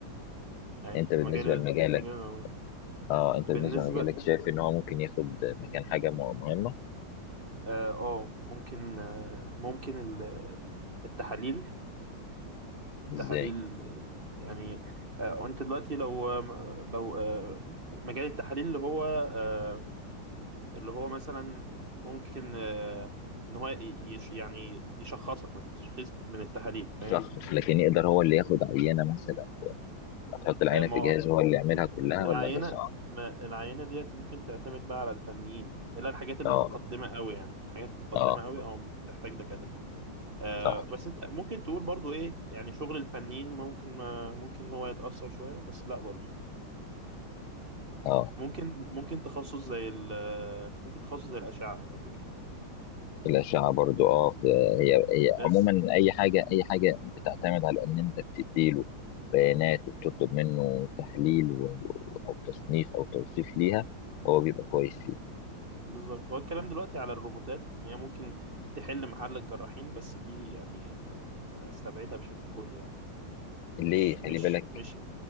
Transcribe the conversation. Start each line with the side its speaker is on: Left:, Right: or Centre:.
Right: أيوة
Left: انت بالنسبة
Right: مجال
Left: لمجالك
Right: مجال العمارة.
Left: اه انت
Right: بالنسبة
Left: بالنسبة لمجالك شايف ان هو ممكن ياخد مكان حاجة م- مهمة
Right: اه آه، ممكن آه، ممكن ال- التحاليل
Left: ازاي
Right: تحاليل يعني آه، وانت دلوقتي لو لو آه، مجال التحاليل اللي هو آه، اللي هو مثلا ممكن آه، ان هو يش يعني يشخصك مثلا تشخيص من التحاليل
Left: شخص
Right: فاهم
Left: لكن يقدر هو اللي ياخد عينة مثلا هتحط العينة
Right: آه، ما
Left: في
Right: هو-
Left: جهاز هو اللي يعملها
Right: م-
Left: كلها
Right: العينة
Left: ولا ده صعب
Right: ما العينة ديت ممكن تعتمد بقى على الفنيين الا الحاجات المتقدمة
Left: اه
Right: قوي يعني حاجات متقدمة
Left: اه
Right: قوي او ممكن تحتاج دكاترة آه،
Left: صح
Right: بس انت ممكن تقول برضو ايه يعني شغل الفنيين ممكن ما ممكن هو يتأثر شوية بس لا برضو
Left: اه
Right: ممكن ممكن تخصص زي ال ممكن تخصص زي الأشعة على فكرة
Left: الأشعة برضو اه ف- هي هي
Right: بس
Left: عموما أي حاجة أي حاجة بتعتمد على إن أنت بتديله بيانات وبتطلب منه تحليل و- و- أو تصنيف أو توصيف ليها هو بيبقى كويس فيها
Right: بالظبط هو الكلام دلوقتي على الروبوتات إن هي ممكن تحل محل الجراحين بس دي يعني ما- ما- أستبعدها بشكل كلي يعني مش
Left: ليه
Right: مش
Left: خلي بالك
Right: مش